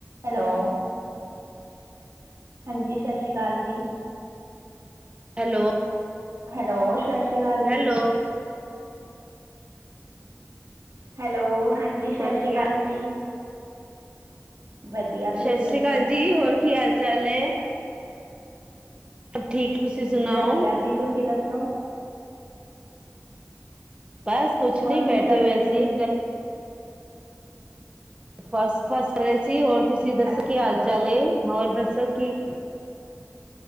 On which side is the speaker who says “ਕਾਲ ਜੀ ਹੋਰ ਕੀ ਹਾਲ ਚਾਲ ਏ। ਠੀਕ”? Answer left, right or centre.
Right